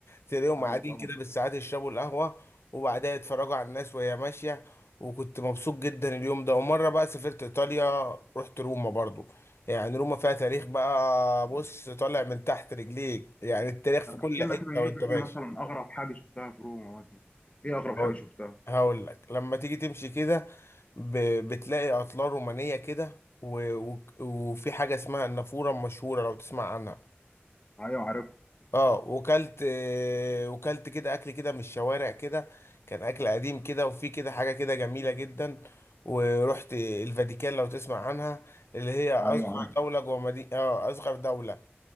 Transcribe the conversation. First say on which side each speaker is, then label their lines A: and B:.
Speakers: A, on the left (about 75°); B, on the left (about 30°).
A: تلاقيهم
B: ايوه
A: قاعدين
B: طبعا
A: كده بالساعات يشربوا القهوة وبعدها يتفرجوا على الناس وهي ماشية وكنت مبسوط جدا اليوم ده ومرة بقى سافرت إيطاليا رحت روما برضو يعني روما فيها تاريخ بقى بص طالع من تحت رجليك يعني التاريخ في
B: طب
A: كل
B: احكي لنا
A: حتة
B: كده ايه
A: وانت ماشي
B: ايه مثلا اغرب حاجه شفتها في روما مثلا ايه اغرب
A: هقول
B: حاجه شفتها
A: هقول لك لما تيجي تمشي كده ب... بتلاقي اطلال رومانيه كده و... و... وفي حاجه اسمها النافوره المشهوره لو تسمع عنها
B: ايوه عارفها
A: اه وكلت آه، وكلت كده اكل كده من الشوارع كده كان اكل قديم كده وفي كده حاجه كده جميله جدا ورحت الفاتيكان لو تسمع عنها اللي هي اصغر
B: ايوه عارفها
A: دوله جوه مدينه اه اصغر دوله